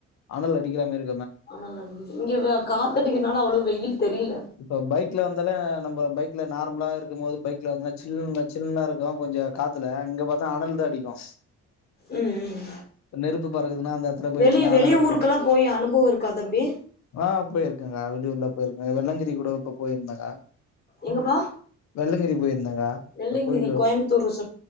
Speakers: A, on the left; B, on the left.
A: அனல் அடிக்கிற மாரிருக்
B: ஆனலருந்துது இங்க வ காத்தடிக்கிறதுனால அவ்ளோ வெயில் தெரியல
A: இப்ப பைக்ல வந்தாலே நம்ம பைக்ல நார்மலா இருக்கும் மோது பைக்ல வந்தினா சில்னு சில்னா இருக்கு கொஞ்சோ காத்துல இங்க பாத்தா அனல் தா அடிக்கு
B: ம் ம்
A: நெருப்பு பறக்குதுன்னா அந்த எடத்துல போய்
B: வெளிய
A: நின்னா
B: வெளி
A: அனல் அடிக்கு
B: ஊருக்கெல்லா போய் அனுபவோ இருக்கா தம்பி
A: ஆ பொய்ருக்கேங்கா வெளியூர்லா ஒரு மே வெள்ளங்கிரி கூட இப்ப போயிருந்தங்க
B: எங்கப்பா
A: வெள்ளங்கிரி போயிருந்தங்க
B: வெள்ளங்கிரி
A: அந்த கோயிலு
B: கோயம்புத்தூர்